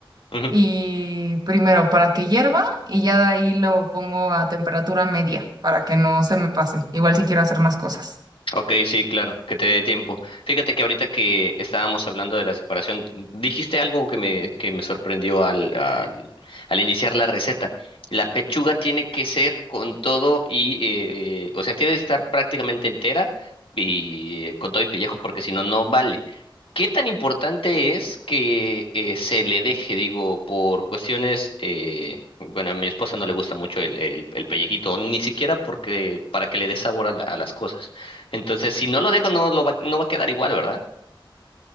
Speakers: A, on the left (about 85°); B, on the right (about 50°).
A: Ujú.
B: y primero para que hierva y ya de ahí lo pongo a temperatura media para que no se me pase. Igual si quiero hacer más cosas.
A: Ok, sí, claro, que te dé tiempo. Fíjate que ahorita que estábamos hablando de la separación, dijiste algo que me, que me sorprendió al, al, al iniciar la receta. La pechuga tiene que ser con todo y, eh, eh, o sea, tiene que estar prácticamente entera y eh, con todo y pellejo, porque si no, no vale. ¿Qué tan importante es que eh, se le deje, digo, por cuestiones, eh, bueno, a mi esposa no le gusta mucho el, el, el pellejito, ni siquiera porque, para que le dé sabor a la- a las cosas. Entonces, si no lo dejo, no lo va, no va a quedar igual, ¿verdad?